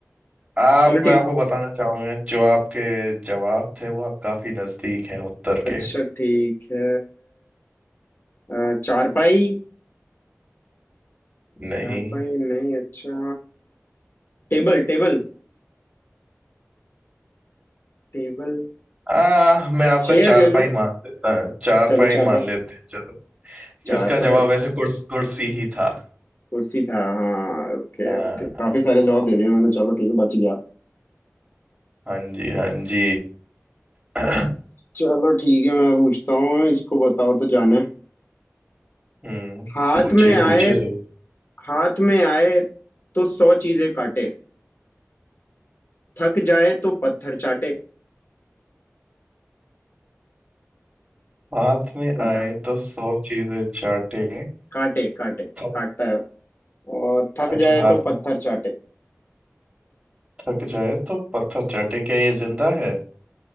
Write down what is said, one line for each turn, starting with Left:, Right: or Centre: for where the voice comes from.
Right: आप
Left: चलो
Right: मैं
Left: ठीक
Right: आपको बताना चाहूंगा जो आपके जवाब थे वो आप काफी नजदीक हैं उत्तर
Left: अच्छा
Right: के
Left: ठीक है अ, चारपाई
Right: नहीं
Left: चारपाई नहीं अच्छा टेबल टेबल टेबल
Right: आ मैं आपका
Left: चेयर
Right: चारपाई
Left: ले लो
Right: मान लेता चारपाई
Left: चलो चारपाई
Right: मान लेते हैं चलो
Left: चारपाई
Right: उसका जवाब वैसे कुर्स, कुर्सी ही था
Left: कुर्सी था हाँ ओके
Right: आ,
Left: ओके काफी सारे जवाब दे दिए मैंने चलो ठीक है बच गया
Right: हाँ जी हाँ जी <clears throat>
Left: चलो ठीक है मैं पूछता हूँ इसको बताओ तो जाने
Right: हम्म
Left: हाथ
Right: पूछिए
Left: में आए
Right: पूछिए जरूर
Left: हाथ में आए तो सौ चीजें काटे थक जाए तो पत्थर चाटे
Right: हाथ में
Left: बता
Right: आए तो सौ चीजें चाटे
Left: काटे काटे
Right: थक
Left: काटता है और थक
Right: अच्छा
Left: जाए
Right: हाथ
Left: तो पत्थर चाटे
Right: थक जाए तो पत्थर चाटे क्या ये जिंदा है